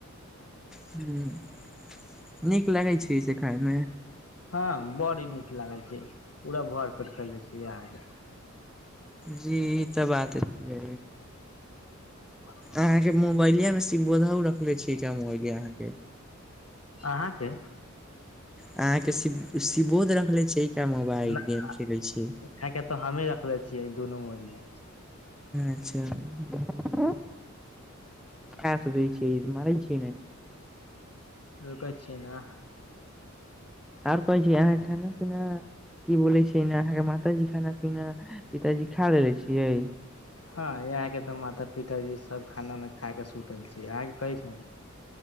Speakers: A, in the centre; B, on the left (about 55°).
A: ह नीक लगै छै से खाय मे
B: हँ बड़ नीक लागे छै पूरा भर पेट खैले छै यह के
A: जी ई तऽ बात छै
B: <inaudible> <inaudible>
A: अहाँ के मोबाइले मे सिम बोधौ रखले छी मोबाइलहाँ के
B: अहाँके
A: अहाँ के शिव शिबोध रखले छै मोबाइल
B: नहि
A: गेम खेलै छी
B: यहाँके तऽ हमही रखले छियै दुनू मिलिये
A: अच्छा क सुधै छी <unintelligible> य मारे छी ने
B: रुक छिय न
A: आर कोय छी आहाँ खाना पीना की बोलै छै ने अहाँ के माताजी खाना पीना पिताजी खा लेलेे छियै
B: हँ यहाँके तऽ माता पिताजी सब खाना उना खा के सुतल छी अहाँके कैस